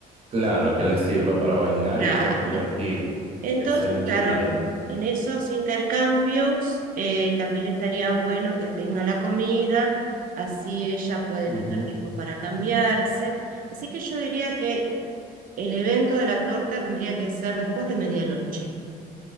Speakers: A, on the right; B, on the right.
A: Claro, que les sirva para bailar
B: Claro,
A: y poder divertirse
B: Entonces,
A: en
B: claro,
A: su día.
B: en, en esos intercambios eh, también estaría bueno que venga la comida, así ella puede
A: Ujú.
B: tener tiempo para cambiarse. Así que yo diría que el evento de la torta tendría que ser después de medianoche.